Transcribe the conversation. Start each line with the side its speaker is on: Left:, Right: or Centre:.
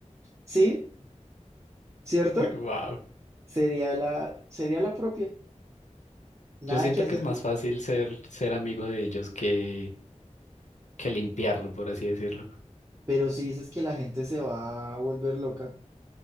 Right: sí, ¿cierto?
Left: <laughs> Wow.
Right: Sería la, sería la propia, nada
Left: Yo siento
Right: que hacer.
Left: que es más fácil ser, ser amigo de ellos que, que limpiarlo, por así decirlo.
Right: Pero si dices que la gente se va a volver loca,